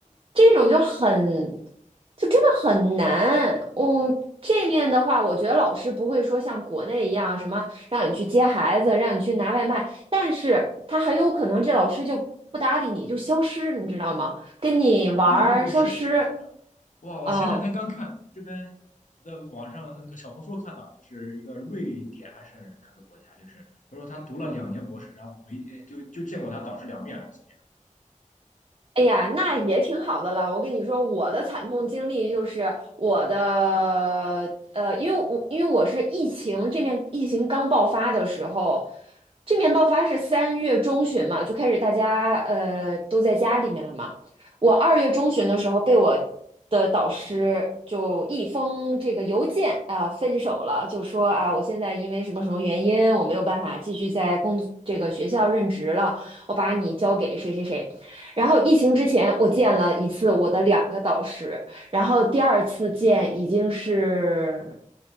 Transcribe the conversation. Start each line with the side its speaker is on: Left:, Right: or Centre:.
Right: 这种就很，就真的很难。嗯，这面的话，我觉得老师不会说像国内一样什么让你去接孩子，让你去拿外卖，但是他很有可能这老师就不搭理你，就消失，你知道吗？跟你玩儿消失。
Left: 哦，对对对，是的，是的，是的，哇！我前两天刚看这边，
Right: 啊。
Left: 我在网上那个小红书看到，就是一个瑞典还是哪个国家，就是他说他读了两年博士，然后没就就见过他导师两面还是几
Right: 哎呀，那也挺好的了。我跟你说，我的惨痛经历就是我的呃，因为我因为我是疫情这面疫情刚爆发的时候，这面爆发是三月中旬嘛，就开始大家呃都在家里面了嘛。我二月中旬的时候被我的导师就一封这个邮件啊、分手了，就说啊我现在因为什么什么原因我没有办法继续在工这个学校任职了，我把你交给谁谁谁。然后疫情之前，我见了一次我的两个导师，然后第二次见已经是